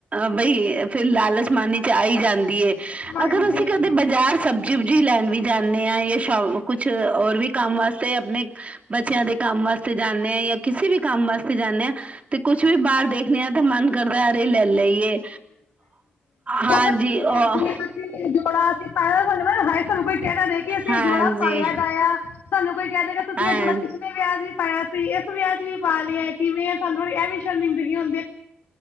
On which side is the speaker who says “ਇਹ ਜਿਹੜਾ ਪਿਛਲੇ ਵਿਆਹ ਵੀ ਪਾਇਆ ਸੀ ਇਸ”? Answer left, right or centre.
Left